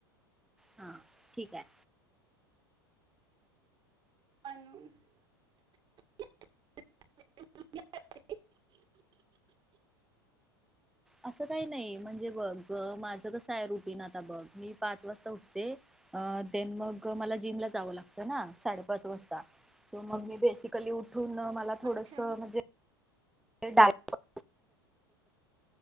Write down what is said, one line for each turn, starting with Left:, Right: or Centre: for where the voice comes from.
Centre: हा ठीक आहे.
Right: कानू <unintelligible>
Centre: असं काही नाही म्हणजे बघ माझ कस आहे रुटीन आता बघ. मी पाच वाजता उठते, देन मग मला जिमला जावं लागत ना साडेपाच वाजता. सो मग मी बेसिकली उठ ठून मला थोडंस
Right: अच्छा
Centre: म्हणजे डाय <unintelligible>